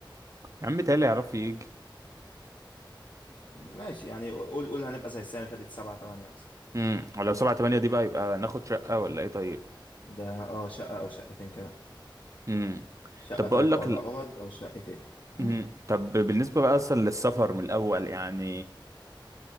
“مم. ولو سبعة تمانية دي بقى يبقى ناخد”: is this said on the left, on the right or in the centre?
Right